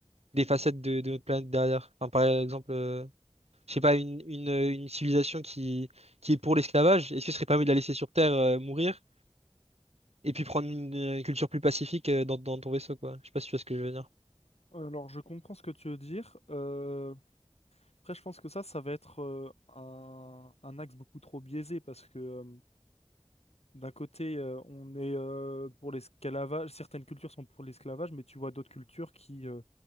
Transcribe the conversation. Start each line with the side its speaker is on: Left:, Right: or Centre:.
Right: des facettes de, de notre planète derrière? Enfin, par exemple. euh, je sais pas, une, une, euh, une civilisation qui, qui est pour l'esclavage, est-ce que ce serait pas mieux de la laisser sur Terre euh, mourir et puis prendre une, euh, culture plus pacifique euh, dans, dans ton vaisseau, quoi? Je sais pas si tu vois ce que je veux dire.
Left: Alors, je comprends ce que tu veux dire. Euh, après, je pense que ça, ça va être euh, un, un axe beaucoup trop biaisé parce que euh, d'un côté, euh, on est euh, pour l'esclavage, certaines cultures sont pour l'esclavage, mais tu vois d'autres cultures qui euh,